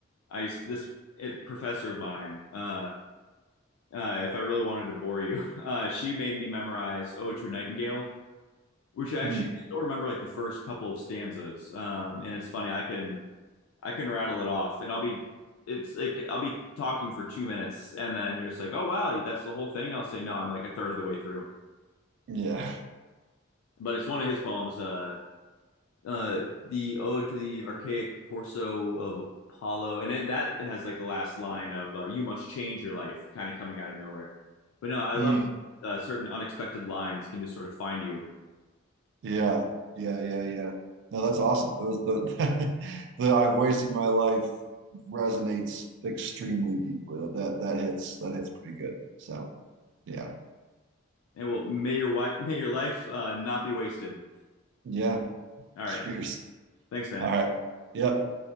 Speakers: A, on the left (about 85°); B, on the right (about 60°).
A: I used to, this it, professor of mine. Uh, uh, if I really wanted to bore you, <laughs> uh, she made me memorize "Ode to a Nightingale" which actually
B: Mm,
A: I still remember like the first couple of stanzas. Um, and it's funny, I can I can rattle it off, and I'll be it's like I'll be talking for two minutes, and then you're just like, oh wow, that's the whole thing. I'll say no, I'm like a third of the way through.
B: yeah,
A: But it's one of his poems, uh, uh, the Ode to the Archaic Torso of Apollo, and it, that has like the last line of uh, "You must change your life," kind of coming out of nowhere. But no, I love
B: Mm,
A: uh, certain unexpected lines can just sort of find you.
B: yeah, yeah, yeah, yeah. No, that's awesome. Those the <laughs> the I've wasted my life resonates extremely deeply. That that hits that hits pretty good. So. Yeah.
A: And well, may your wife, may your life uh, not be wasted.
B: Yeah.
A: All
B: Cheers.
A: right. Thanks, man.
B: All right. Yep.